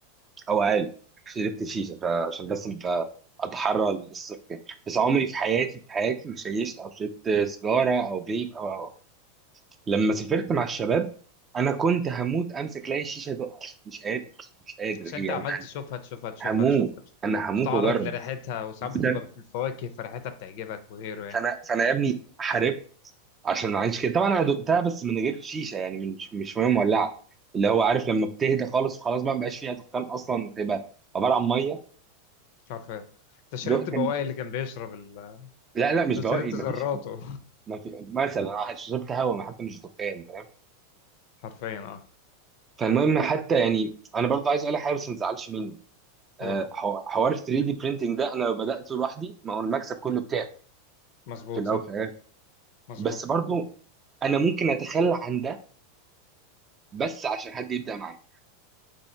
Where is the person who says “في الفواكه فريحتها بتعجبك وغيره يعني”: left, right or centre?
Left